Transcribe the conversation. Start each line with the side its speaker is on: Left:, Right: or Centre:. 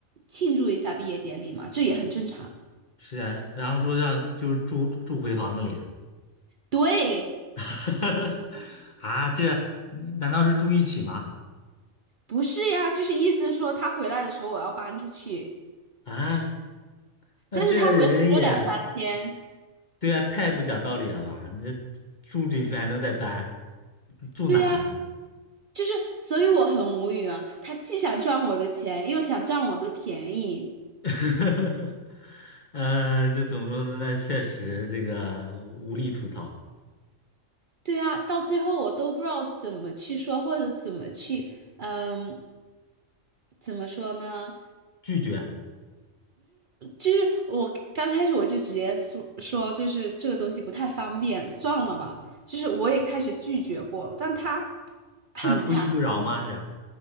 Right: 庆祝一下毕业典礼嘛？这也很正常。
Left: 是啊，然后说让就是住住回房子里，
Right: 对，
Left: <laughs> 啊，这难道是住一起吗？
Right: 不是呀，就是意思说他回来的时候我要搬出去，
Left: 啊，那这人也，
Right: 但是他回来只有两三天。
Left: 对啊，太不讲道理了吧？你这住进去还能再搬？住哪呀？
Right: 对呀，就是，所以我很无语啊。他既想赚我的钱，又想占我的便宜。
Left: <laughs> 呃，这怎么说呢？那确实这个无力吐槽，
Right: 对啊，到最后我都不知道怎么去说，或者怎么去，嗯，怎么说呢？
Left: 拒绝，
Right: 就是我刚开始我就直接说说，就是这个东西不太方便，算了嘛。就是我也开始拒绝过了，但他很强，
Left: 他不依不饶吗？是，